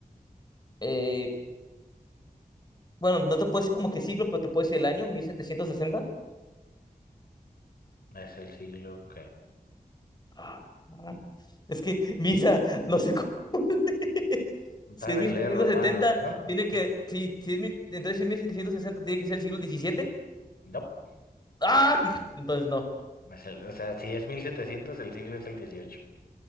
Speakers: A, on the left; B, on the left.
A: Eh, bueno, no te puedo decir como que ciclo, pero te puedo decir el año, 1760.
B: Es el siglo que...
A: Ah, es que Misa, no sé cómo. <laughs> Si
B: Sabes
A: es mil setecientos
B: leer romanos,
A: setenta
B: ¿no?
A: tiene que. Si, si es mil entonces, si es 1760 tiene que ser el siglo diecisiete
B: No.
A: ¡Ah! Entonces, no.
B: Es el- o sea, si es 1700, el siglo es el 18.